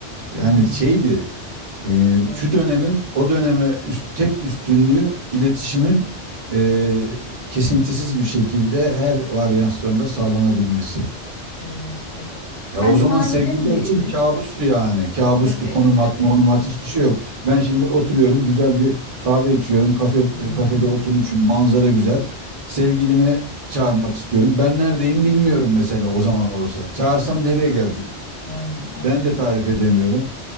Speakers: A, on the left; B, on the right.
A: Hmm,
B: Yani şeydi e,
A: doğru.
B: şu dönemin o döneme üst- tek üstünlüğü iletişimin e, kesintisiz bir şekilde her varyasyonda sağlanabilmesi.
A: Evet, evet. Sen
B: Ya o zaman
A: de mahallede
B: sevgililer
A: mi büyüdün?
B: için kabustu yani. Kabustu.
A: Tabii,
B: Konum
A: tabii.
B: at, monum at hiçbir şey yok. Ben şimdi oturuyorum güzel bir kahve içiyorum. Kafe,
A: Hmm,
B: e, kafede oturmuşum. Manzara güzel. Sevgilimi çağırmak istiyorum. Ben neredeyim bilmiyorum mesela o zaman olsa. Çağırsam
A: tabii.
B: nereye gelecek?
A: Aynen, aynen.
B: Ben de tarif edemiyorum.